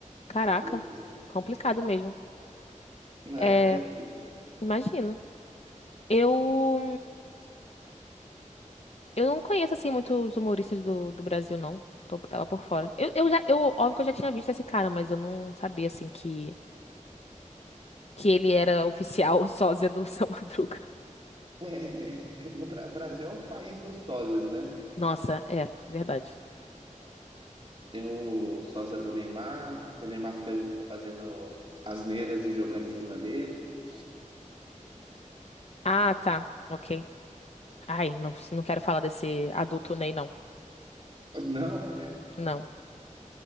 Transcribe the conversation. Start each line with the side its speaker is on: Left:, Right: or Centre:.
Left: Caraca.
Right: Meu Deus.
Left: Complicado mesmo.
Right: É,
Left: É,
Right: fiquei triste.
Left: imagino. Eu. Eu não conheço, assim, muitos humoristas do, do Brasil, não. Tô, tava por fora. Eu, eu já, eu, óbvio que eu já tinha visto esse cara, mas eu não sabia, assim, que, que ele era oficial <laughs> sósia do São Madruga.
Right: É, ele- <laughs> no Bra- o Brasil é o país dos sósias, né?
Left: Nossa, é, verdade.
Right: Tem o sósia do Neymar, que o Neymar fica fazendo asneiras e jogando em cima dele.
Left: Ah, tá. Ok. Ai, não, não quero falar desse adulto Ney, não.
Right: Não,
Left: Não.